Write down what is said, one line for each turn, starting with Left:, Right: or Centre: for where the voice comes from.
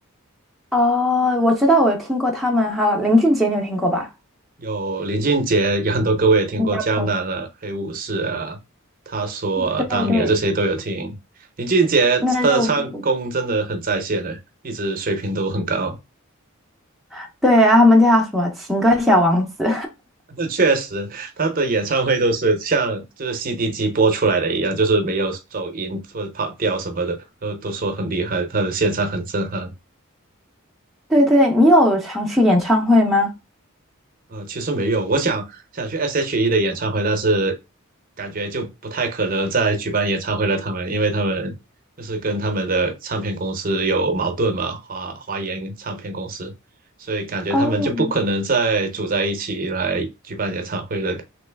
Centre: 哦，我知道，我有听过他们，还有林俊杰，你有听过吧？
Right: 有林俊杰，有很多歌我也听过，
Centre: 新加坡，
Right: 《江南》啊，《黑武士》啊，他说、
Centre: 对对对，
Right: 啊、当年啊这些都有听。林俊杰他的唱功真的很在线的，
Centre: 那就不是
Right: 一直水平都很高。
Centre: <laughs> 对，然后他们叫什么情歌小王子？
Right: 这确实，他的演唱会都是像就是 CD 机播出来的一样，就是没有走音或者跑调什么的，都都说很厉害，他的现场很震撼。
Centre: <laughs> 对对，你有常去演唱会吗？
Right: 呃，其实没有，我想想去 S.H.E 的演唱会，但是感觉就不太可能再举办演唱会了。他们因为他们就是跟他们的唱片公司有矛盾嘛，华华研唱片公司，所以感觉他们就不可能再组在一起来举办演唱会了。
Centre: 哦，